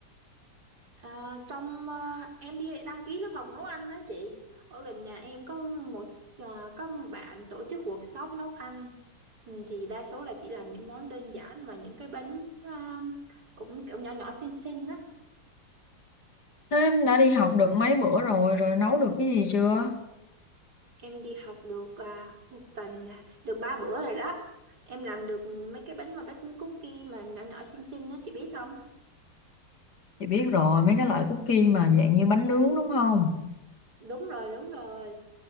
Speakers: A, on the right (about 55°); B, on the left (about 55°).
A: à, trong à, em đi đăng ký lớp học nấu ăn á chị ở gần nhà em có một à, có bạn tổ chức workshop nấu ăn Ừm, thì đa số là chỉ làm những món đơn giản và những cái bánh à, cũng kiểu nhỏ nhỏ xinh xinh á
B: Thế đã đi học được mấy bữa rồi rồi nấu được cái gì chưa?
A: em đi học được à, một tuần là được ba bữa rồi đó Em làm được mấy cái bánh mà baking cookie mà nhỏ nhỏ xinh xinh á chị biết không?
B: Chị biết rồi mấy cái loại cookie mà dạng như bánh nướng đúng không?
A: Đúng rồi, đúng rồi.